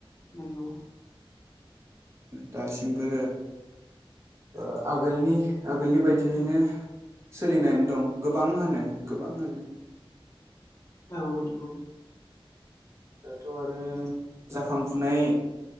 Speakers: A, on the left; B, on the right.
A: नंगौ
B: दासिमबो ओ आगोलनि आगोलनि बायदियैनो सोलिनानै दं गोबाङानो गोबाङानो
A: औ नंगौ।
B: दाथ' आरो जाखांफुनाय